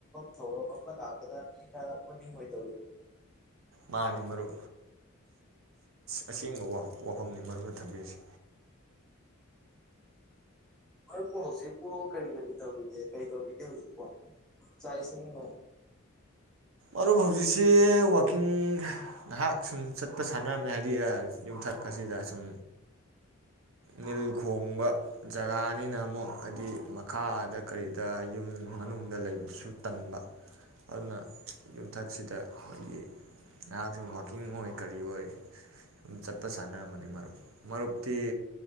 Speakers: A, in the centre; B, on the right (about 70°).
A: ꯊ ꯂꯥꯛꯗꯄꯅꯤ ꯑꯣꯏꯗ
B: ꯃꯥꯅꯤ ꯃꯔꯨ ꯑꯁꯦꯡꯕ ꯋꯥꯐꯝꯅꯤ ꯃꯔꯨꯞꯗ ꯊꯝꯕꯤꯔꯁꯤ
A: ꯍꯣꯏ ꯄꯣ ꯍꯧꯖꯤꯛꯄꯣ ꯀꯔꯤ ꯀꯔꯤ ꯇꯧꯔꯤꯒꯦ ꯀꯔꯤ ꯇꯧꯔꯤꯒꯦ ꯍꯧꯖꯤꯛꯄꯣ ꯆꯥꯛ ꯏꯁꯤꯡꯅꯣ
B: ꯑꯗꯨ ꯍꯧꯖꯤꯛꯁꯤ ꯋꯥꯛꯀꯤꯡ ꯉꯥꯏꯍꯥꯛ ꯁꯨꯝ ꯆꯠꯄ ꯁꯥꯟꯅꯔꯝꯃꯦ ꯍꯥꯏꯗꯤ ꯌꯨꯝꯊꯛ ꯑꯁꯤꯗ ꯁꯨꯝ ꯅꯤꯜ ꯈꯣꯡꯕ ꯖꯒꯥꯅꯤꯅ ꯑꯃꯨꯛ ꯍꯥꯏꯗꯤ ꯃꯈꯥꯗ ꯀꯔꯤꯗ ꯌꯨꯝ ꯃꯅꯨꯡꯗ ꯂꯩꯕꯗꯨꯁꯨ ꯇꯟꯕ ꯑꯗꯨꯅ ꯌꯨꯝꯊꯛꯁꯤꯗ ꯑꯩꯈꯣꯏꯒꯤ ꯅꯍꯥꯛꯁꯨ ꯋꯥꯛꯀꯤꯡ ꯑꯣꯏ ꯀꯔꯤ ꯑꯣꯏ ꯁꯨꯝ ꯆꯠꯄ ꯁꯥꯟꯅꯔꯝꯕꯅꯤ ꯃꯔꯨꯞ ꯃꯔꯨꯞꯇꯤ